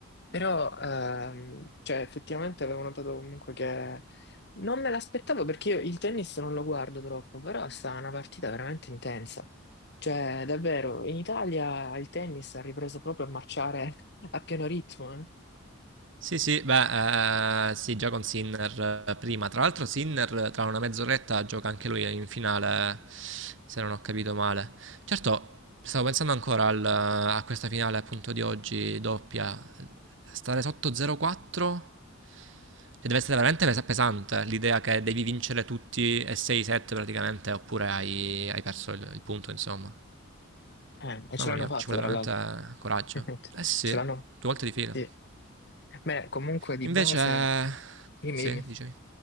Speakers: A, on the left (about 55°); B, on the right (about 60°).
A: però ehm, cioè, effettivamente avevo notato comunque che non me l'aspettavo perché io il tennis non lo guardo troppo, però è stata una partita veramente intensa. Cioè, davvero, in Italia il tennis ha ripreso proprio a marciare a pieno ritmo, eh.
B: Sì, sì, beh, eh, sì, già con Sinner eh, prima. Tra l'altro Sinner eh, tra una mezz'oretta gioca anche lui in finale, eh, se non ho capito male. Certo, stavo pensando ancora al- eh, a questa finale appunto di oggi, doppia. Stare sotto 0-4, cioè deve essere veramente pes- pesante l'idea che devi vincere tutti e 6-7 praticamente, oppure hai, hai perso il, il punto, insomma.
A: Eh, e ce
B: Mamma
A: l'hanno
B: mia,
A: fatta,
B: ci vuole
A: tra
B: veramente
A: l'altro.
B: eh, coraggio.
A: <laughs>
B: Eh sì,
A: Ce
B: due
A: l'hanno,
B: volte di fila.
A: sì. Beh, comunque di
B: Invece...
A: base, dimmi,
B: Sì,
A: dimmi.
B: dicevi.